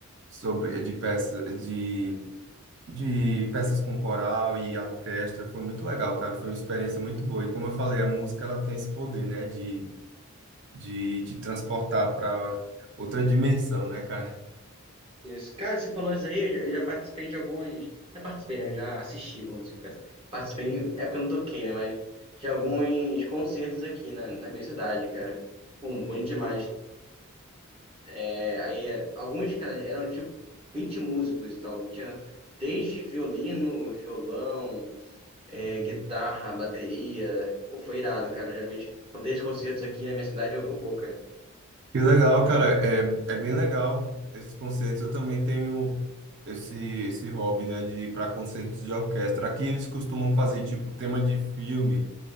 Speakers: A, on the right (about 55°); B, on the right (about 25°).
A: Sobre, de peça, de, de peças com coral e a orquestra, foi muito legal, cara, foi uma experiência muito boa. E como eu falei, a música, ela tem esse poder, né? De, de te transportar para outra dimensão, né, cara?
B: Isso. Cara, você falou isso aí, eu já, eu já participei de alguns. Já participei, né? Eu já assisti, vamos dizer. Participei, de- é porque eu não toquei, né? Mas de alguns concertos aqui na, na minha cidade, cara. Pum, bonito demais. É, aí, é, alguns, cara, eram tipo 20 músicos e tal. Tinha desde violino, violão. é, guitarra, bateria. Pô, foi irado, cara. Geralmente, quando tem esses concertos aqui na minha cidade, eu, eu vou, cara.
A: Que legal, cara. É, é bem legal esses concertos. Eu também tenho esse, esse hobby, né, de ir para concertos de orquestra. Aqui eles costumam fazer, tipo, tema de filme,